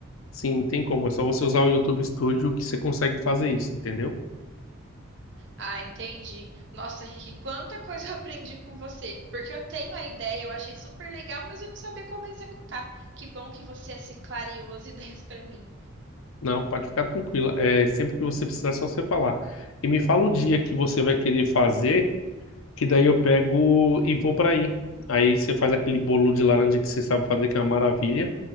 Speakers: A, on the left (about 75°); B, on the right (about 55°).
A: Sim, tem como. É só você usar o YouTube Studio que você consegue fazer isso, entendeu?
B: Ah, entendi. Nossa, Rick, quanta coisa eu <laughs> aprendi com você. Porque eu tenho a ideia, eu achei super legal, mas eu não sabia como executar. Que bom que você é assim clareou as <laughs> ideias pra mim.
A: Não, pode ficar tranquila. É, sempre que você precisar, é só você falar. E me fala o dia que você vai querer fazer, que daí eu pego e vou para aí. Aí você faz aquele bolo de laranja que você sabe fazer, que é uma maravilha.